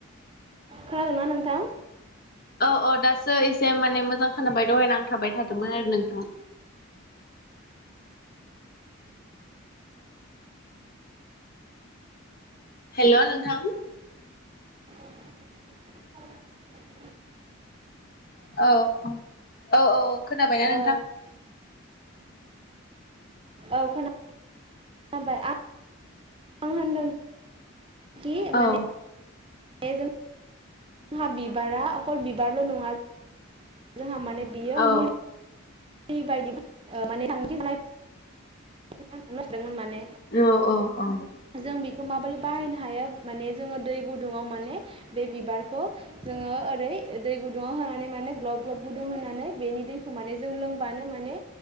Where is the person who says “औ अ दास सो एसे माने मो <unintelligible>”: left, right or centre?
Left